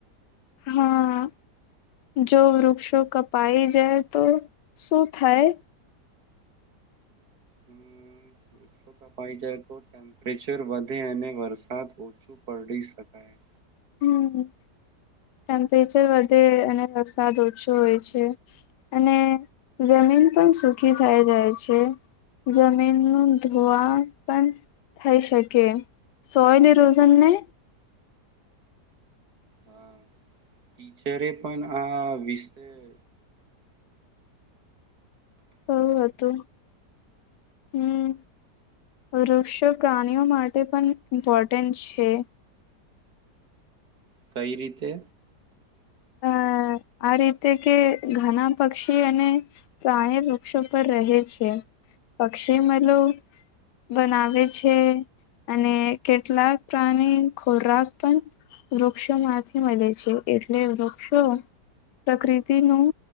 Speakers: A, on the left; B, on the right.
A: હા, જો વૃક્ષો કપાઈ જાય તો શું થાય?
B: હમ, કપાઈ જાય તો ટેમ્પરેચર વધે અને વરસાદ ઓછું પડી શકાય.
A: હમ્મ. ટેમ્પરેચર વધે અને વરસાદ ઓછો હોય છે અને જમીન પણ સુખી થાય જાય છે. જમીનનું ધોવા પણ થઈ શકે સોઇલ ઇરોઝન ને?
B: હા ટીચરે પણ આ વિષે <inaudible>
A: હોવે હતું હમ વૃક્ષો પ્રાણીઓ માટે પણ ઇમ્પોર્ટન્ટ છે.
B: કઈ રીતે?
A: અ આ રીતે કે ઘણા પક્ષી અને પ્રાણી વૃક્ષો પર રહે છે. પક્ષી માલો બનાવે છે અને કેટલાક પ્રાણી ખોરાક પણ વૃક્ષોમાંથી મળે છે. એટલે વૃક્ષો પ્રકૃતિનું